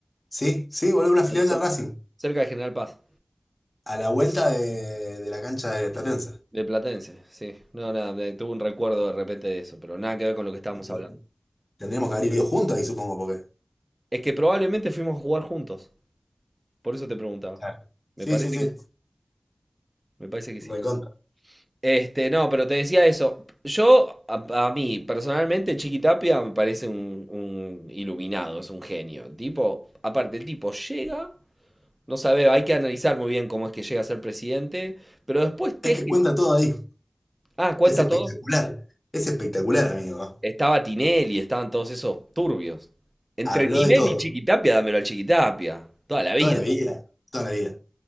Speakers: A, on the left; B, on the right.
A: Sí, sí, boludo, una filial
B: ahí cer-
A: de Racing,
B: cerca de General Paz.
A: a la vuelta de, de la cancha de Platense.
B: De Platense, sí. No, nada, me tuve un recuerdo de repente de eso, pero nada que ver con lo que estábamos
A: Y t-
B: hablando.
A: tendríamos que haber ido juntos ahí, supongo, porque.
B: Es que probablemente fuimos a jugar juntos, por eso te preguntaba.
A: Claro. Sí,
B: Me parece
A: sí, sí,
B: que, me parece que sí.
A: recontra.
B: Este, no, pero te decía eso. Yo, a, a mí, personalmente, Chiqui Tapia me parece un, un iluminado, es un genio. Tipo, aparte, el tipo llega, no sabe, hay que analizar muy bien cómo es que llega a ser presidente, pero después teje.
A: Es que cuenta todo ahí,
B: Ah, cuenta
A: es espectacular,
B: todo.
A: es espectacular, amigo. ¿no?
B: Estaba Tinelli, estaban todos esos turbios. Entre
A: Habló
B: Tinelli
A: de todo,
B: y Chiquitapia, dámelo al Chiquitapia. Toda la vida.
A: toda la vida, toda la vida.